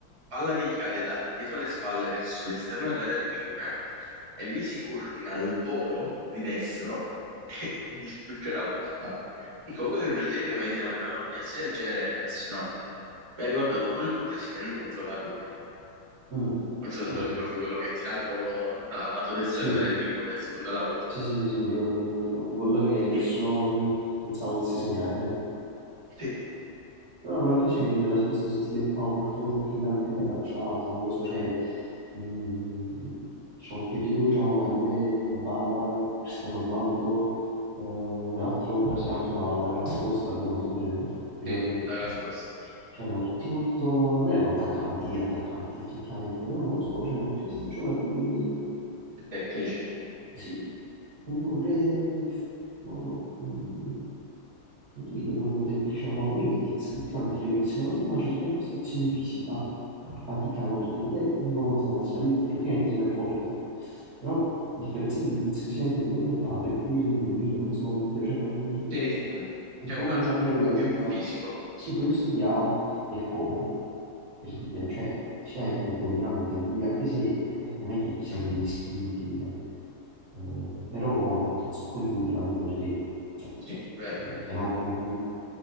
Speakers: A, on the right (about 25°); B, on the right (about 45°).
A: palla che gli cade da dietro le spalle verso l'esterno dell'area di rigore e lui si coordina al volo di destro e <laughs> distrugge la porta. E comunque per un giocatore di due metri avere una coordinazione del genere è impressionante. Mi ha ricordato un po' il gol di Osimhen contro la Roma.
B: Mm,
A: non so se
B: eh,
A: te lo ricordi, quello che tira il volo dal lato destro
B: sì.
A: dell'area di rigore e sfonda la porta.
B: Sì, sì, sì, sì, mi ricordo, mi ricordo. Il gol che
A: E,
B: nessuno
A: e-
B: pensava potesse segnare. eh.
A: Sì,
B: Però anche Cimendra
A: sì.
B: ha questo stile qua molto tecnicamente impacciato, non lo so, cioè, mh, c'è il periodo che giocavano la Juve di Bala, Cristiano Ronaldo, eh, quell'altro brasiliano che si chiamava la Costa, tipo una cosa del genere, ricordo
A: sì, da
B: no.
A: quella scorsa.
B: C'erano tutti molto, non erano attaccanti, attaccanti effettivamente, però non lo so, c'erano più questi giocatori
A: Tecnici.
B: sì, comunque pure, non lo so, mm, non li vedo proprio tecnici, ma pure i Lidiz, tutti quanti credo che se non hanno una certa impostazione fisica faticano, perché pure Nico Gonzalez, sai, tecnicamente insomma è forte, però a differenza di Lidiz fisicamente è meno piantato e quindi rende di meno, non so come dire, cioè non...
A: Sì, sì.
B: è
A: C'è
B: proprio
A: un calcio
B: una prerogativa.
A: più, più fisico.
B: Sì, pure questo Diao del Como, per dire, cioè, fisicamente è dominante, quindi anche se eh, non è che chissà che skill tiene, eh, però ha fatto un sacco di gol, capito? Perché cioè,
A: Sì, vero,
B: è enorme, capito?